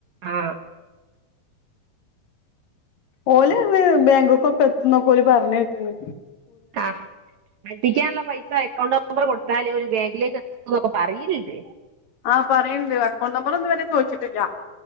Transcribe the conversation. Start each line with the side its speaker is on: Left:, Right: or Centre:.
Right: ആ
Left: ഓലെത് ബാങ്ക്ക്കൊക്കെ എത്തുന്നൊക്കെ ഓല്‌പറഞ്ഞ കേട്ടിന്ന്
Right: ആ പെട്ടിക്കാനുള്ള പൈസ അക്കൗണ്ട് നമ്പർ കൊടു താൽ ഓല് ഒരു ബാങ്കിലേക്ക് എത്തുന്നകെ പറയിണ് ണ്ട്
Left: ആ പറയണ്ട് അക്കൗണ്ട് നമ്പർ ഒന്നും ഇതു വരെ ചോദിച്ചിട്ടില്ല